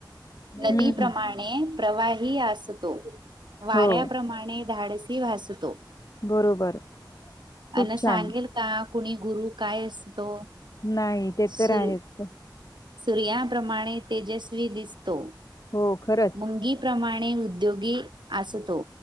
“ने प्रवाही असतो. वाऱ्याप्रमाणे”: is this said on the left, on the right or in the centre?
Right